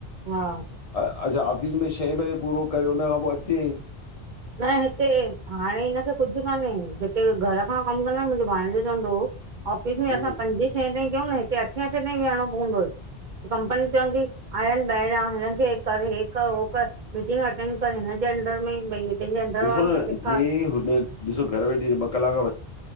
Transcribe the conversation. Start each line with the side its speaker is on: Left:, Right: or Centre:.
Right: हा।
Left: अच्छा ऑफिस में छह बजे पूरो करे हुन खां पोइ अचे।
Right: न हिते हाणे हिनखे कुझु कान्हे जेके घर खां कमु कंदा आहिन मुंहिंजो भाणॆजो चवंदो हो। ऑफिस में
Left: हम्म,
Right: असां पंजे छहे ताईं कयूं न हिते अठे अठे ताईं वेहणो पवंदोयसि। कंपनी चवंदी आया ईन ॿाहिरियां हिननि खे कर हे कर उहो कर। मीटिंग अटेंड करेें न जेंडर में भई। तुंहिंजे अंडर
Left: ॾिसो
Right: वारनि
Left: न
Right: खे सेखार
Left: जे हुन ॾिसो घर वेठे ॿ कलाक